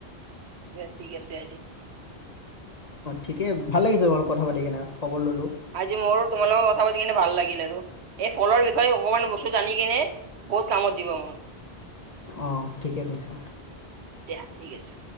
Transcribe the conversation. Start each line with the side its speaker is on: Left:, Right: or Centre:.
Right: এ ঠিক আছে আজি
Left: ঠিকেই ভাল লাগিছে বাৰু কথা পাতি কিনে খবৰ ল'লো।
Right: আজি মোৰো তোমাৰ লগত কথা পাতি কিনে ভাল লাগিল আৰু এই ফলৰ বিষয়ে অকণমান বস্তু জানি কিনে বহুত কামত দিব মোৰ।
Left: অঁ ঠিকেই কৈছা।
Right: দিয়া ঠিক আছে।